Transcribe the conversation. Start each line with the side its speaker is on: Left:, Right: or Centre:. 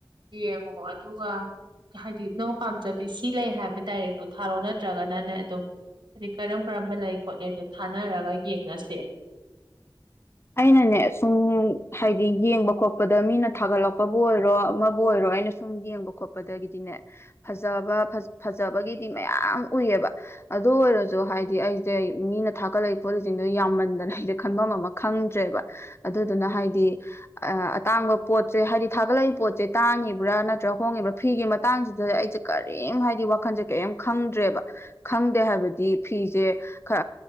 Right: ꯌꯦꯡꯉꯣ ꯑꯗꯨꯒ ꯍꯥꯏꯗꯤ ꯅꯪ ꯄꯥꯝꯖꯕꯤ ꯁꯤ ꯂꯩ ꯍꯥꯏꯕ ꯗꯥꯏꯔꯦꯛꯇꯣ ꯊꯥꯔꯛꯑꯣ ꯅꯠꯇ꯭ꯔꯒꯅꯅꯦ ꯑꯗꯨꯝ ꯍꯥꯏꯗꯤ ꯀꯔꯝ ꯀꯔꯝꯕ ꯂꯩ ꯈꯣꯠꯂꯤ ꯑꯗꯨ ꯊꯥꯅꯔꯒ ꯌꯦꯡꯅꯥꯁꯦ
Left: ꯑꯩꯅꯅꯦ ꯁꯨꯝ ꯍꯥꯏꯗꯤ ꯌꯦꯡꯕ ꯈꯣꯠꯄꯗ ꯃꯤꯅ ꯊꯥꯒꯠꯂꯛꯄꯕꯨ ꯑꯣꯏꯔꯣ ꯑꯃꯕꯨ ꯑꯣꯏꯔꯣ ꯑꯩꯅ ꯁꯨꯝ ꯌꯦꯡꯕ ꯈꯣꯠꯄꯗꯒꯤꯗꯤꯅꯦ ꯐꯖꯕ ꯐꯖꯕꯒꯤꯗꯤ ꯃꯌꯥꯝ ꯎꯏꯑꯕ ꯑꯗꯨ ꯑꯣꯏꯔꯁꯨ ꯍꯥꯏꯗꯤ ꯑꯩꯁꯦ ꯃꯤꯅ ꯊꯥꯒꯠꯂꯛꯏ ꯄꯣꯠꯁꯤꯡꯗꯣ ꯌꯥꯝꯃꯟꯗꯅ ꯑꯩꯁꯦ ꯈꯟꯐꯝꯃ ꯑꯃ ꯈꯪꯗ꯭ꯔꯦꯕ ꯑꯗꯨꯗꯨꯅ ꯍꯥꯏꯗꯤ ꯑꯇꯥꯡꯕ ꯄꯣꯠꯁꯦ ꯍꯥꯏꯗꯤ ꯊꯥꯒꯠꯂꯛꯏ ꯄꯣꯠꯁꯦ ꯇꯥꯡꯉꯤꯕ꯭ꯔꯥ ꯅꯠꯇ꯭ꯔꯒ ꯍꯣꯡꯉꯤꯕ꯭ꯔꯥ ꯐꯤꯒꯤ ꯃꯇꯥꯡꯁꯤꯗ ꯑꯩꯁꯦ ꯀꯔꯤꯝ ꯍꯥꯏꯗꯤ ꯋꯥꯈꯜꯁꯦ ꯀꯔꯤꯝ ꯈꯪꯗ꯭ꯔꯦꯕ ꯈꯪꯗꯦ ꯍꯥꯏꯕꯗꯤ ꯐꯤꯁꯦ ꯈ